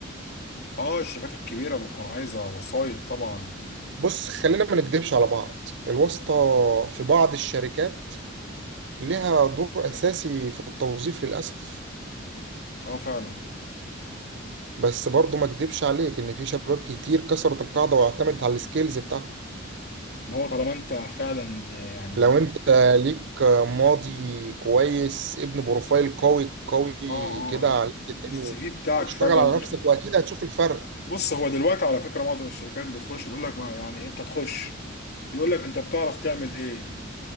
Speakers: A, on the left; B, on the right.
A: اه الشركات الكبيرة بتكون عايزة وسايط طبعا
B: بص خلينا ما نكدبش على بعض الواسطة في بعض الشركات ليها دور اساسي في التوظيف للاسف
A: اه فعلا
B: بس برضو ما اكدبش عليك ان في شباب كتير كسرت القاعدة واعتمدت على السكيلز بتاعها
A: ما هو طالما انت فعلا يعني
B: لو انت ليك ماضي كويس ابن بروفايل قوي قوي
A: اه اه
B: كده على لينكد
A: السي
B: ان
A: في بتاعك
B: واشتغل
A: فعلا
B: على نفسك واكيد هتشوف الفرق
A: بص هو دلوقتي على فكره معظم الشركات بتخش تقول لك ما يعني انت تخش يقول لك انت بتعرف تعمل ايه